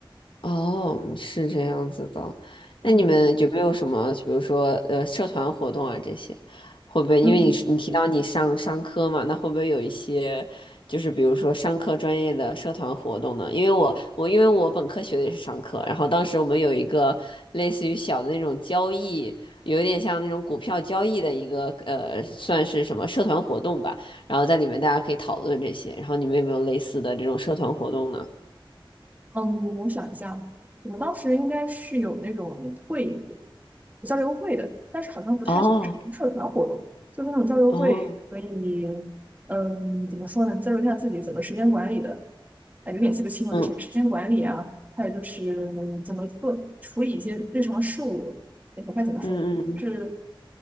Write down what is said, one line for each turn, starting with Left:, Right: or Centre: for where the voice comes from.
Left: 哦，是这样子的。那你们有没有什么，
Right: 嗯
Left: 比如说呃，社团活动啊这些，会不会因为你你提到你上商科嘛，
Right: 嗯
Left: 那会不会有一些就是比如说商科专业的社团活动呢？因为我我因为我本科学的也是商科，然后当时我们有一个类似于小的那种交易，有一点像那种股票交易的一个呃，算是什么社团活动吧。然后在里面大家可以讨论这些，然后你们有没有类似的这种社团活动呢？
Right: 嗯，我想一下，我们当时应该是有那种会议，交流会的，但是好像不太算是社团活动，
Left: 哦，
Right: 就是那种交流会所以，
Left: 哦。
Right: 嗯，怎么说呢，交流一下自己怎么时间管理的，哎，有点记不清了，
Left: 嗯
Right: 什么时间管理啊，还有就是怎么做处理一些日常事务，哎，不太怎么说，
Left: 嗯嗯
Right: 是